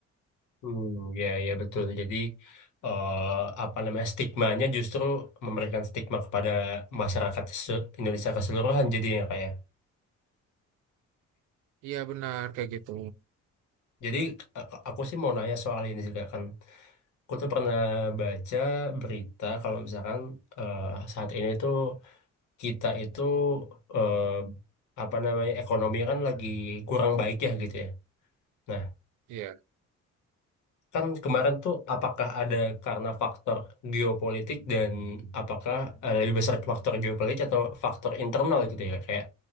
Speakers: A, on the left (about 75°); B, on the right (about 80°).
A: Hmm, ya, ya betul. Jadi eh, apa namanya stigmanya justru memberikan stigma kepada masyarakat se- Indonesia keseluruhan jadinya kayak.
B: Iya benar kayak gitu.
A: Jadi a- aku sih mau nanya soal ini juga kan. Aku tuh pernah baca berita kalau misalkan eh, saat ini tuh kita itu eh, apa namanya ekonomi kan lagi kurang baik ya gitu ya. Nah,
B: Iya,
A: kan kemarin tuh apakah ada karena faktor geopolitik dan apakah eh, lebih besar faktor geopolitik atau faktor internal gitu ya kayak